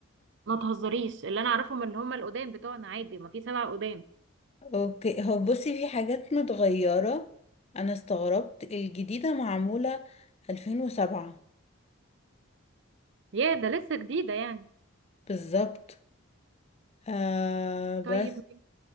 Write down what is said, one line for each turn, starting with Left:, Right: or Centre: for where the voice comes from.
Right: ما تهزريش اللي انا اعرفهم اللي هم القدام بتوعنا عادي ما في سبع قدام
Left: اوكي هو بصي في حاجات متغيرة انا استغربت الجديدة معمولة 2007
Right: يا ده لسه جديده يعني
Left: بالظبط آه بس
Right: طيب